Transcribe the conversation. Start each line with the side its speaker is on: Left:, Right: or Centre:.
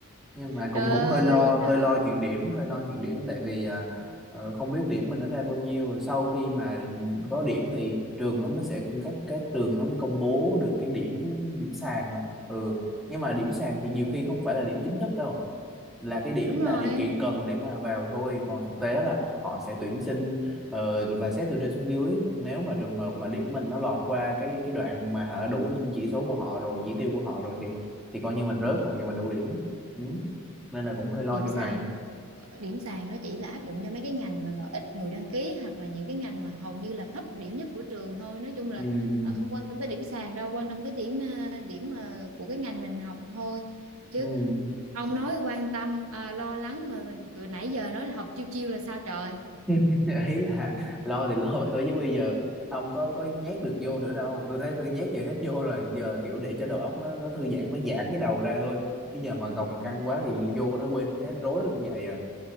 Centre: nhưng mà cũng
Right: Trời
Centre: cũng
Right: ơi
Centre: hơi lo
Right: giúp
Centre: hơi
Right: đời
Centre: lo chuyện điểm hơi lo chuyện điểm tại vì à, ờ, không biết điểm mình nó ra bao nhiêu sau khi mà có điểm thì trường nó mới sẽ các các trường nó mới công bố được cái điểm điểm sàn hả ừ nhưng mà điểm sàn thì nhiều khi không phải là điểm chính thức đâu là cái điểm
Right: Đúng rồi
Centre: là điều kiện cần để mà vào thôi còn thực tế là họ sẽ tuyển sinh ờ, và xét từ trên xuống dưới nếu mà trường hợp mà điểm mình nó lọt qua cái cái đoạn mà họ đã đủ chỉ số của họ rồi chỉ tiêu của họ rồi thì thì coi như mình rớt còn như mình đủ điểm ừ. nên là cũng hơi lo
Right: Điểm
Centre: chỗ
Right: sàn
Centre: này
Right: Ờ, Điểm sàn nó chỉ là áp dụng cho mấy cái ngành mà gọi ít người đăng ký Hoặc là những cái ngành mà hầu như là thấp điểm nhất của trường thôi Nói chung là
Centre: ừ, ừ,
Right: à, không quan tâm tới điểm sàn đâu Quan tâm tới điểm à, điểm à, của cái ngành mình học thôi Chứ
Centre: ừ.
Right: ông nói quan tâm à, lo lắng mà nãy giờ nói là học chiêu chiêu là sao trời
Centre: <laughs> ý là lo thì lo vậy thôi chứ bây giờ không có có nhét được vô nữa đâu tôi thấy tôi nhét giờ hết vô rồi giờ kiểu để cho đầu óc nó nó thư giãn nó giãn cái đầu ra thôi bây giờ mà gồng căng quá thì vô nó quên hết rối nó cũng vậy à